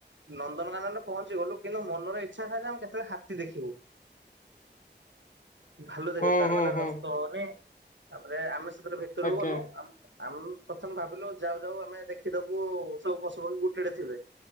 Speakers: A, on the right; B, on the left.
A: ନନ୍ଦନକାନନ୍ କଣ ଯିବ ଲୋ କିନ୍ତୁ ମନରେ ଇଛା ଥାଏ ଯେ ଆମେ କେତେବେଳେ ହାତୀ ଦେଖିବୁ। ଭାଲୁ ଦେଖ
B: ହଁ
A: ସାର୍
B: ହଁ
A: କହିଲେ
B: ହଁ
A: ବ୍ୟସ୍ତ ହୁଅନି ତାପରେ ଆମେ ସେଥିରେ ଭିତରକୁ
B: ଆଜ୍ଞା
A: ଗଲୁ ଆ ଆମ୍ ପ୍ରଥମେ ଭାବିଲୁ ଯାଉ ଯାଉ ଆମେ ଦେଖ୍ ଖିଦବୁ-ଉ-ଉ ସବୁ ପଶୁପକ୍ଷୀ ଗୋଟେଟେ ଥିବେ